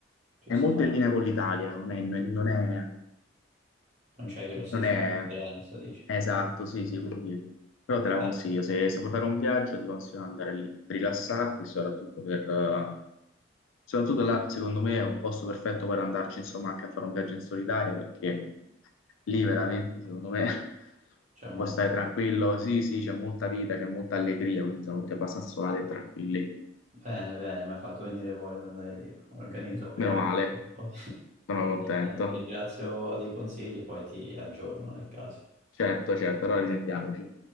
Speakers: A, on the right (about 40°); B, on the left (about 80°).
A: ci
B: È
A: sta,
B: molto in linea con l'Italia, non è, non è
A: non c'è grossissima
B: Non è
A: differenza, dici?
B: esatto, sì, sì, quindi però te la
A: Eh,
B: consiglio, se, se vuoi fare un viaggio ti consiglio di andare lì, per rilassarti, e soprattutto per... eh, Soprattutto là, secondo me, è un posto perfetto per andarci, insomma, anche a fare un viaggio in solitaria, perché lì veramente, secondo me, <laughs>
A: c'è molta.
B: puoi stare tranquillo. Sì, sì, c'è molta vita, c'è molta allegria, quindi sono tutti abbastanza solari e tranquilli.
A: Bene, bene, mi hai fatto venire voglia di andare lì. Organizzo un viaggio.
B: Meno male,
A: <laughs> Poi-
B: sono contento.
A: no, Ti ringrazio dei consigli, poi ti aggiorno nel caso.
B: Certo, certo, allora risentiamoci.